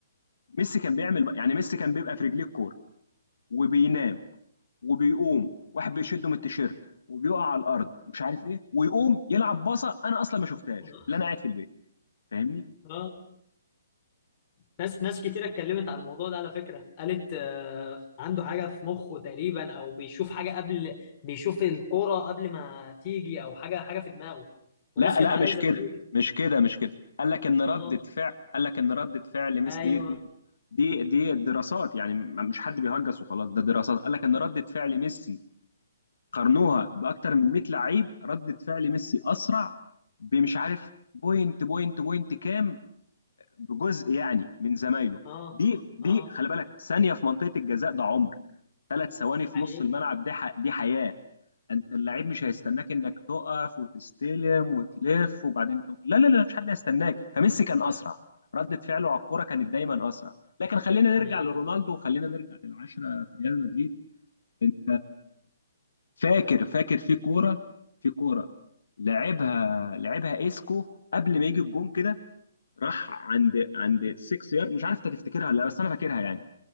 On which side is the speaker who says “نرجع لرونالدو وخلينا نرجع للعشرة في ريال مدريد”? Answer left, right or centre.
Left